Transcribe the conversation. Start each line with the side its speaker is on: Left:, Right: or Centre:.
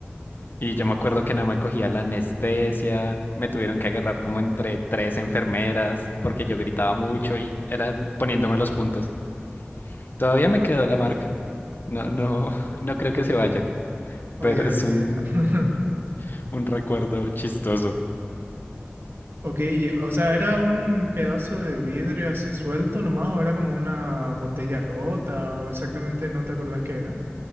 Left: Y yo me acuerdo que no me cogía la anestesia, me tuvieron que agarrar como entre tres enfermeras porque yo gritaba mucho y era poniéndome los puntos. Todavía me
Right: Ah,
Left: quedó la marca. No, no, <laughs> no creo que se vaya,
Right: obviamente
Left: pero es un,
Right: ya no. <laughs>
Left: un recuerdo chistoso.
Right: Ok, y, o sea, ¿era un pedazo de vidrio así suelto nomás o era como una botella rota o exactamente no te acordás qué era?